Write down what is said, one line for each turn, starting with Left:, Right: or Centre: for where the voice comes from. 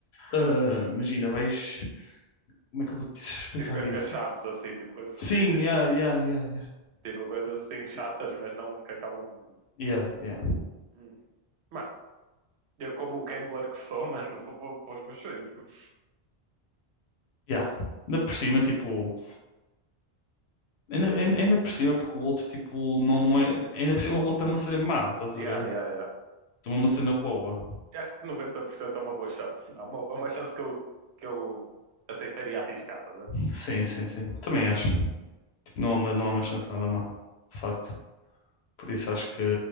Left: Ah, imagina, vais. Como é que eu vou te explicar
Right: Tipo arca-chaves,
Left: isso?
Right: assim, tipo coisas
Left: Sim,
Right: assim, tipo,
Left: yeah, yeah, yeah, yeah.
Right: tipo, coisas assim chatas, mas não que acabam o mundo.
Left: Yeah, yeah,
Right: Hum. Mano, eu como o gambler que sou, <laughs> mano, vou para os meus sonhos, mano.
Left: yeah. Ainda por cima, tipo, ainda, ainda ainda por cima, porque o outro, tipo, não, não é. Ainda por cima, o outro é uma cena má, estás
Right: Yeah,
Left: a ver?
Right: yeah, yeah.
Left: Toma uma cena boa.
Right: Eu acho que 90% é uma boa chance. É uma, é uma chance que eu, que eu aceitaria arriscar, tá a ver?
Left: Sim, sim, sim. Também acho. Tipo, não há uma, não há uma chance nada má, de facto. Por isso acho que